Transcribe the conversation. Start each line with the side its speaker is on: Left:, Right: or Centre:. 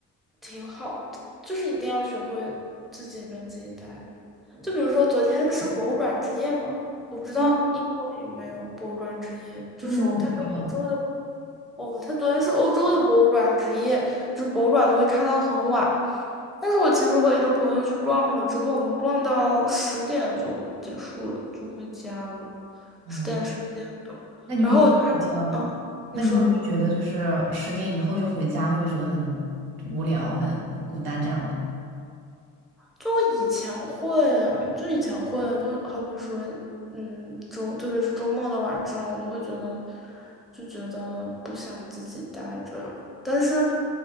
Centre: 挺好的，就是一定要学会自己跟自己待着。就比如说昨天是博物馆之夜嘛，我不知道英国有没有博物馆之夜，
Right: 嗯，
Centre: 就是它是欧洲的。
Right: 英国没有，
Centre: 哦，他昨天是欧洲的博物馆之夜，就是博物馆都会开到很晚。但是我其实和一个朋友去逛了之后，我们逛到十点就结束了，就回家了，
Right: 啊，
Centre: 十点十一点吧。
Right: 那你会不会觉得，
Centre: 然后我就开始，嗯，你说，
Right: 那你会不会觉得就是十点以后就回家，会不会觉得很无聊、很很孤单这样的？
Centre: 就我以前会啊，就以前会，就好比说，嗯，周，特别是周末的晚上，我就会觉得，就觉得不想自己待着但是